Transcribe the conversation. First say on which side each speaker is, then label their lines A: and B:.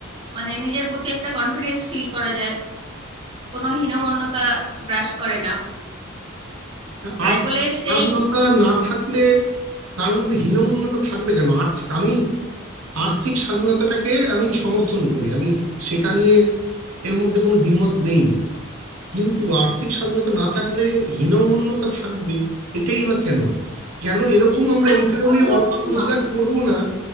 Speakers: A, on the right; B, on the right.
A: মানে নিজের প্রতি একটা কনফিডেন্স ফিল করা যায় কোনো হীনমন্যতা গ্রাস করে না তাই
B: আর
A: বলে সেই
B: স্বাধীনতা না থাকলে তার মধ্যে হীনমন্যতা থাকবে কেন আর্থিক আমি আর্থিক স্বাধীনতাটাকে আমি সমর্থন করি আমি সেটা নিয়ে এর মধ্যে কোনো দ্বিমত নেই কিন্তু আর্থিক স্বাধীনতা না থাকলে হীনমন্যতা থাকবে এটাই বা কেন কেন এরকম আমরা
A: আর্থিক
B: এই কারণে
A: স্বাধীনতা
B: অর্থ রোজগার
A: না
B: করব না